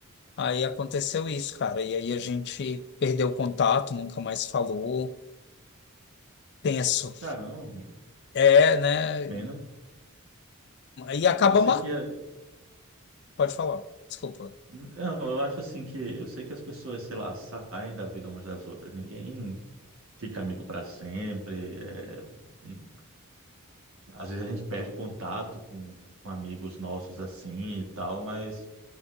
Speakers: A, on the left (about 50°); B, on the right (about 70°).
A: Aí aconteceu isso, cara. E aí a gente perdeu o contato, nunca mais falou. Tenso.
B: Caramba, amigo.
A: É, né?
B: Pena.
A: E acaba.
B: Eu eu sei
A: Mar...
B: que. é-
A: Pode falar, desculpa.
B: Não, eu acho assim que. Eu sei que as pessoas, sei lá, saem da vida umas das outras. Ninguém fica amigo para sempre. é, hum, Às vezes a gente perde contato com, com amigos nossos assim e tal, mas